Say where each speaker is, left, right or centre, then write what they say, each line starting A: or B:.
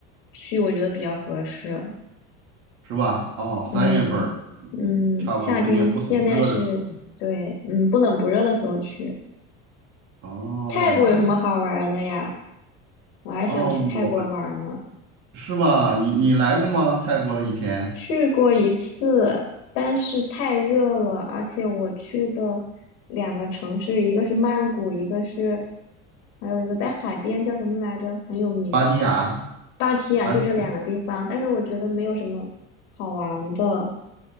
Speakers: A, on the left; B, on the right.
A: 去，我觉得比较合适，
B: 是吧？哦，
A: 嗯嗯，
B: 三月份儿差不多春天不冷不热的时候。
A: 夏天现在是，对，嗯，不冷不热的时候去。
B: 哦
A: 泰国有什么好玩儿的呀？我还想去泰国玩儿呢。
B: 哦，我是吧？你你来过吗？泰国以前，
A: 去过一次，但是太热了，而且我去的两个城市，一个是曼谷，一个是，还有一个在海边叫什么来着，很有名，
B: 芭提雅
A: 芭提雅，
B: 还是
A: 就这两个地方。但是我觉得没有什么好玩的。